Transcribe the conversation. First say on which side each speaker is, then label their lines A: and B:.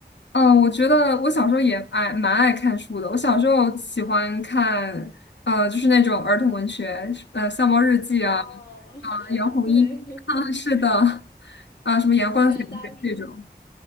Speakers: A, on the left; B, on the left.
A: 嗯，我觉得我小时候也爱蛮爱看书的。我小时候喜欢看，呃，就是那种儿童文学，呃，《笑猫日记》啊，
B: 哦，
A: 啊、杨红樱，
B: <laughs> 对，
A: <laughs> 啊，是的，啊，什么《阳光姐姐》这种，
B: <laughs> 我感觉大家是。